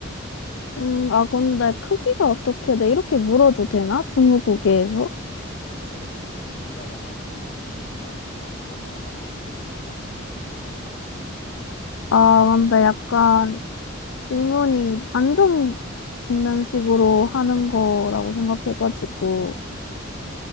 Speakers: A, on the left; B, on the left.
A: 음, 아, 근데 크기가 어떻게 돼? 이렇게 물어도 되나? 스무고개에서?
B: 대충 짐작은 할 수 있게 해도 되지 않을까? 너무 약간 특정하게만 안 알려주면은.
A: 아, 근데 약간 질문이 단정 짓는 식으로 하는 거라고 생각해가지고,
B: 음.